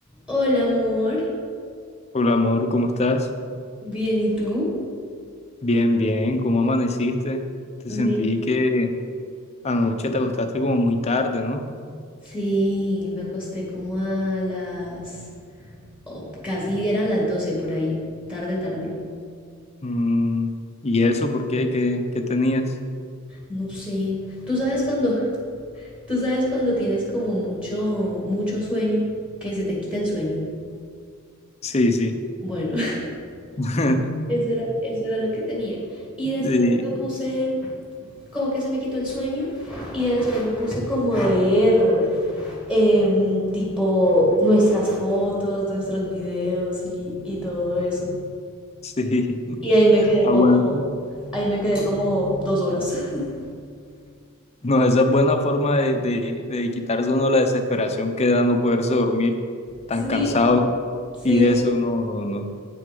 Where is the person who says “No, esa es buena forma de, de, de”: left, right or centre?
Left